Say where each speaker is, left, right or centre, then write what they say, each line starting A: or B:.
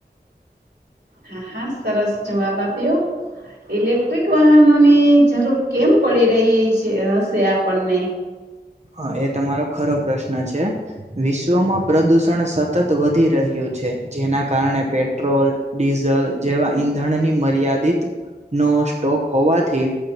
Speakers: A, on the right; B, on the right.
A: હા, હા, સરસ જવાબ આપ્યો. ઇલેક્ટ્રિક વાહનોની જરૂર કેમ પડી રહી છે હશે આપણને?
B: હ, એ તમારો ખરો પ્રશ્ન છે. વિશ્વમાં પ્રદુષણ સતત વધી રહ્યું છે, જેના કારણે પેટ્રોલ ડીઝલ જેવા ઈંધણની મર્યાદિત નો સ્ટોક હોવાથી